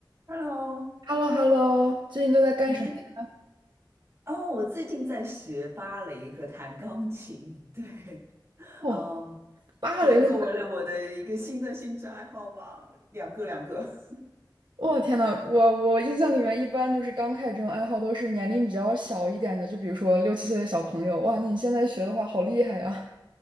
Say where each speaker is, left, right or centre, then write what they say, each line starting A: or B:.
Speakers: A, on the right; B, on the right.
A: Hello，
B: h e l l o h e l l o 最近都在干什么呀
A: 你最哦，我最近在学芭蕾和弹钢琴。<laughs> 对，
B: 哦，
A: 嗯，
B: 芭蕾舞！
A: 对，作为了我的一个新的兴趣爱好吧，
B: 会干
A: 两个两个。<laughs>
B: 我、天呐，我我印象里面一般就是刚开始这种爱好都是年龄比较小一点的，就比如说六七岁的小朋友。哇，那你现在学的话，好厉害呀！